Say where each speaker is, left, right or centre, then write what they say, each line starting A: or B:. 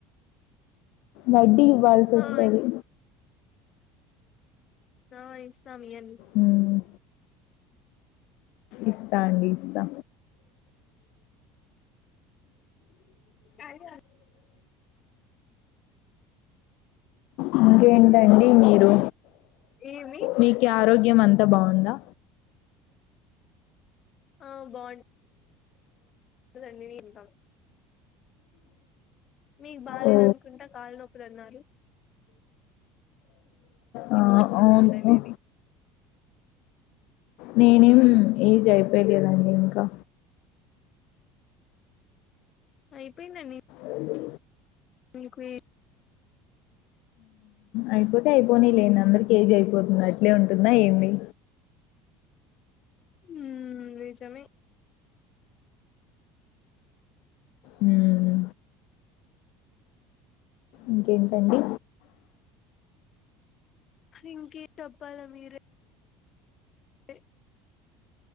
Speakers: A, on the left (about 70°); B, on the left (about 45°).
A: వడ్డీ ఇవ్వాల్సి వస్తది
B: ఆ నా ఇస్తాం ఇయ్యన్
A: ఉహు ఇస్తా అండి ఇస్తా
B: అది <unintelligible>
A: ఇంకేంటండి మీరు
B: ఏమి
A: మీకు ఆరోగ్యం అంత బాగుందా
B: ఆ బాం అదం వీకా మీకు బాగాలేద
A: ఓ
B: అనుకుంటా కాళ్ళ నొప్పులు అన్నారు మీకు
A: ఆ,
B: చూపిస్తు
A: అవును
B: ఉంటాయి మేబీ
A: నేనేం ఏజ్ అయిపోయలేదాండి ఇంకా
B: అయిపోయిందన్
A: అవునా
B: మీకు
A: అయిపోతే అయిపోనీ లేం అందరికిఏజీ అయిపోతుంద అట్లే ఉంటుందా ఏంది
B: హ్మ్ నిజమే
A: హ్మ్. ఇంకేంటండి
B: ఇంకేం చప్పాల మీరె అ